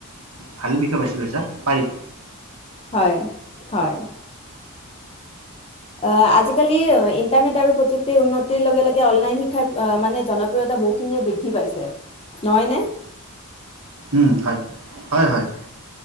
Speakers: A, on the right; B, on the left.
A: ভাল বিষয় বাছি লৈছা পাৰি
B: হয় হয় অ আজিকালি ইন্টাৰনেট আৰু প্ৰযুক্তিৰ উন্নতিৰ লগে লগে অনলাইন শিক্ষাৰ মানে জনপ্ৰিয়তা বহুখিনিয়ে বৃদ্ধি পাইছে নহয় নে
A: উম হয়। হয় হয়